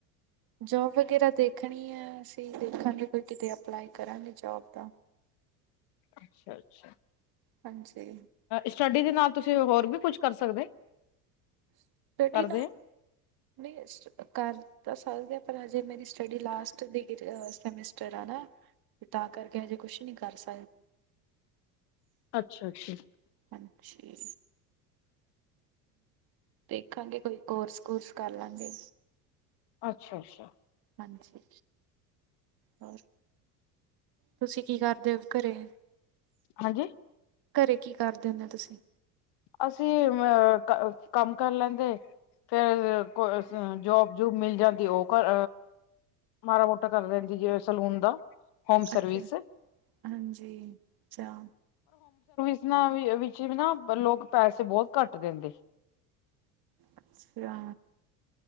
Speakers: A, on the right (about 50°); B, on the left (about 55°).
A: ਜੋਬ ਵਗੈਰਾ। ਦੇਖਣੀ ਹੈ। ਅਸੀਂ ਦੇਖਾਂਗੇ ਕੋ ਕਿਤੇ ਅਪਲਾਈ ਕਰਾਂਗੇ ਜੋਬ ਦਾ।
B: ਅੱਛਾ ਅੱਛਾ।
A: ਹਾਂ ਜੀ।
B: ਸਟੱਡੀ ਦੇ ਨਾਲ ਤੁਸੀਂ ਹੋਰ ਵੀ ਕੁਝ ਕਰ ਸਕਦੇ।
A: ਸਟਡੀ
B: ਕਰਦੇ
A: ਨਾਲ।
B: ਹੋ?
A: ਨਹੀਂ ਕਰ ਤਾਂ ਸਕਦੇ ਪਰ ਹਜੇ ਮੇਰੀ। ਸਟਡੀ ਲਾਸਟ ਡਿਗਰੀ ਸੈਮੇਸਟਰ ਆ ਨਾ ਤੇ ਤਾਂ ਕਰਕੇ ਹਜੇ ਕੁਝ ਨੀ ਕਰ ਸਕਦੇ।
B: ਅੱਛਾ ਅੱਛਾ।
A: ਹਾਂਜੀ। ਦੇਖਾਂਗੇ। ਕੋਈ ਕੋਰਸ ਕੁਰਸ ਕਰ ਲਾਂਗੇ।
B: ਅੱਛਾ ਅੱਛਾ।
A: ਹਾਂਜੀ ਹੋਰ ਤੁਸੀਂ ਕੀ ਕਰਦੇ ਹੋ ਘਰੇ
B: ਹਾਂਜੀ
A: ਘਰੇ ਕੀ ਕਰਦੇ ਹੁੰਦੇ ਤੁਸੀਂ
B: ਅਸੀਂ ਅ ਕੰਮ ਕਰ ਲੈਂਦੇ ਫੇਰ ਕੋ ਜੋਬ ਜੂਬ ਮਿਲ ਜਾਂਦੀ ਉਹ ਕਰ ਮਾੜਾ ਮੋਟਾ ਕਰ ਲੈਂਦੀ ਜੇ ਸੈਲੂਨ ਦਾ। ਹੋਮ
A: ਅੱਛਾ
B: ਸਰਵਿਸ
A: ਹਾਂ ਜੀ ਚਾ।
B: ਹਾਂ ਐ ਵੀ ਹੈ ਵਿੱਚ ਵਿੱਚ ਵੀ ਨਾ ਲੋਕ ਪੈਸੇ ਬਹੁਤ ਘੱਟ ਦਿੰਦੇ।
A: ਅੱਛਾ।